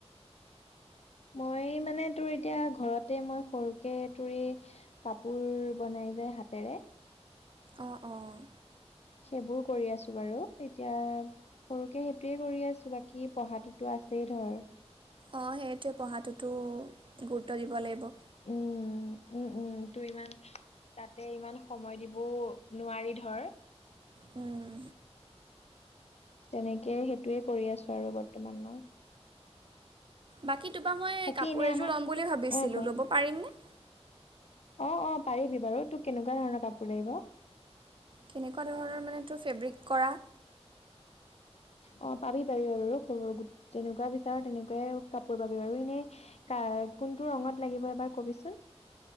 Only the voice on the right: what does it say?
অ' অ'।
অ সেইটোৱে পঢ়াটোতো গুৰুত্ব দিব লাগিব।
উম।
বাকী তোপা মই
কাপোৰ
এযোৰ
ল'ম বুলি ভাবিছিলোঁ
ল'ব পাৰিমনে?
কেনেকুৱা ধৰণৰ মানে তোৰ ফেব্ৰিক কৰা